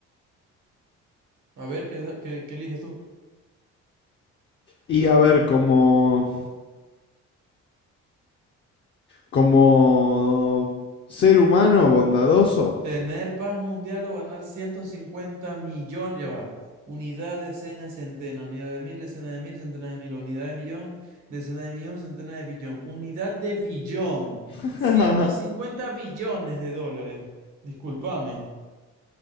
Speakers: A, on the right; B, on the left.
A: A ver, ¿qué, qué, qué eliges tú?
B: Y a ver, como. Como ser humano bondadoso.
A: ¿Tener paz mundial o ganar 150 millones? Ya va. Unidad, decena, centena. Unidad de mil, decena de mil, centena de mil. Unidad de millón, decena de millón, centena de billón. Unidad de billón.
B: <laughs>
A: ciento cincuenta billones de dólares. Discúlpame.